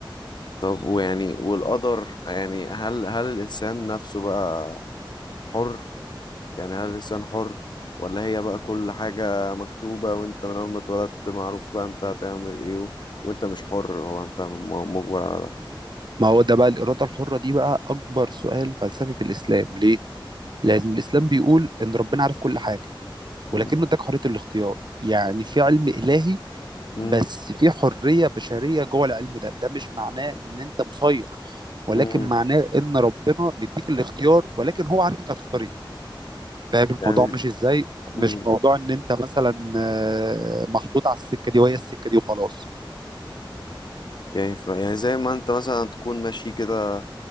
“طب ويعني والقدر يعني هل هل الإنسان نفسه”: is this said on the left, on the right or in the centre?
Left